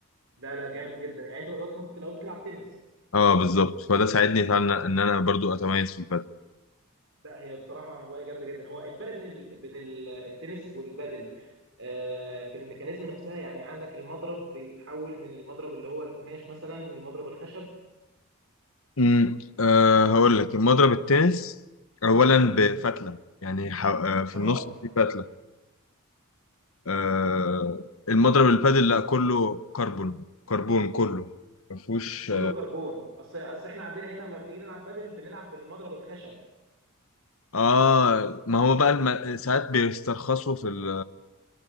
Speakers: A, on the right; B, on the left.
A: لا لا جامد جدا يعني انت دلوقتي كنت الاول بتلعب تنس
B: اه بالظبط فده ساعدني فعلا إن أنا برضو أتميز في البادل
A: لا هي بصراحه هوايه جامده جدا هو الفرق بين ال... بين ال- التنس والبادل آه، في الميكانيزم نفسها يعني عندك المضرب بيتحول من المضرب اللي هو القماش مثلا للمضرب الخشب
B: امم أه هقول لك المضرب التنس أولا بفتلة يعني ح- آه، في
A: اه
B: النص في فتلة آه، المضرب البادل لا كله كربون كربون كله ما فيهوش
A: كله كربون اصل اصل احنا عندنا هنا لما بنيجي نلعب بادل بنلعب بالمضرب الخشب
B: اه ما هو بقى الم... ساعات بيسترخصوا في ال...